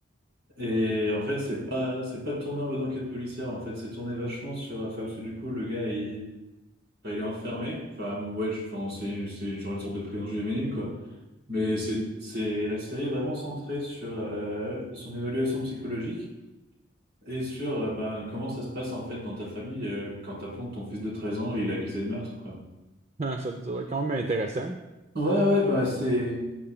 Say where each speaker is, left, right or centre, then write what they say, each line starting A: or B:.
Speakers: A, on the right; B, on the right.
A: Et en fait, c'est pas c'est pas tourné en mode enquête policière. En fait, c'est tourné vachement sur. Enfin, parce que du coup, le gars, il, enfin, il est enfermé. Enfin, ouais, je- enfin, c'est c'est genre une sorte de prison juvénile quoi. Mais c'est c'est la série est vraiment centrée sur euh, son évaluation psychologique. Et sur euh, ben, comment ça se passe en fait dans ta famille euh, quand t'apprends que ton fils de 13 ans il est accusé de meurtre quoi.
B: Ah, Ça, ça doit être quand même intéressant.
A: Ouais ouais bah c'est